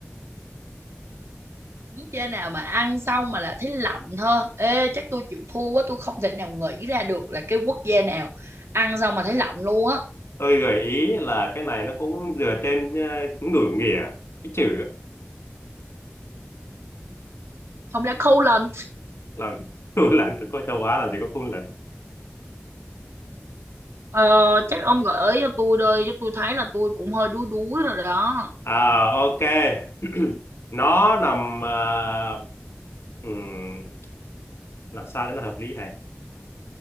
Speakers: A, on the right (about 80°); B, on the left (about 80°).
A: quốc gia nào mà ăn xong mà là thấy lạnh thôi ê chắc tôi chịu thua quá tôi không thể nào nghĩ ra được là cái quốc gia nào ăn xong mà thấy lạnh luôn á
B: tôi gợi ý là cái này nó cũng dựa trên ờ, ngữ nghĩa, cái chữ.
A: không lẽ khâu lên
B: là <laughs> khu lạnh ở có châu Á là chỉ có khu lạnh
A: ờ, chắc ông gợi ý cho tôi đây cho tôi thấy là tôi cũng hơi đuối đuối rồi đó
B: à ok <clears throat> nó nằm à, ừm, làm sao cho nó hợp lý hay